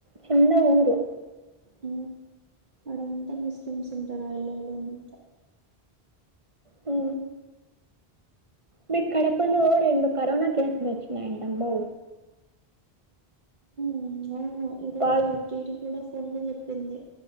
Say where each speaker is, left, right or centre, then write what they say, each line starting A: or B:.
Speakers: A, on the right (about 35°); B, on the right (about 50°).
A: చిన్న ఊరు
B: ఊ అంతా ముస్లిమ్స్ ఉంటరు ఆ ఇల్లొళ్లంతా
A: ఊ మీ కడపలో రెండు కరోనా కేసులు వచ్చినాయంటమ్మో
B: ఊ అవును ఈరోజు
A: పాజ్
B: జీడి కూడా ఫోన్ లో చెప్పింది.